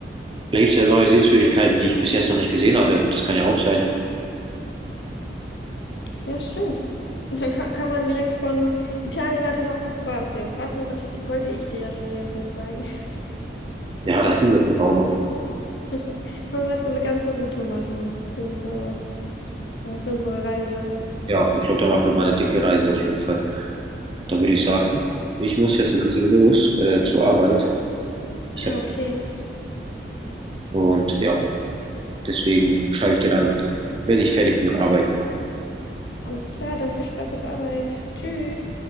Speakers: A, on the right; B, on the left.
A: Vielleicht gibt es ja neue Sehenswürdigkeiten, die ich bis jetzt noch nicht gesehen hatte. Das kann ja auch sein.
B: Ja, stimmt. <laughs> Und dann kann, kann man direkt von Italien weiter nach Kroatien. Kroatien wollte ich, wollte ich dir ja schon die ganze Zeit zeigen.
A: Ja, das liegt auf jeden Fall auch noch.
B: <laughs> Kann man direkt so eine ganze Route machen für unser, äh, für unsere Reise.
A: Ja, ich glaube, da machen wir mal eine dicke Reise auf jeden Fall. Dann würde ich
B: Ja,
A: sagen,
B: das war-
A: ich muss jetzt langsam los äh, zur Arbeit.
B: Ah,
A: Ich hab,
B: okay.
A: und ja, deswegen schreibe ich dir dann, wenn ich fertig bin mit Arbeiten.
B: Alles klar, dann viel Spaß auf Arbeit. Tschüss.